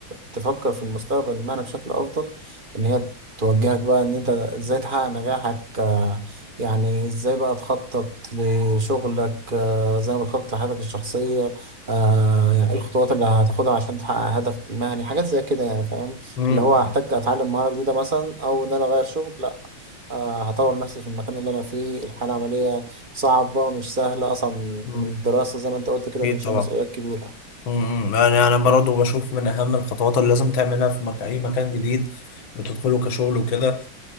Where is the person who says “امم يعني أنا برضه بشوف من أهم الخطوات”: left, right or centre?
Left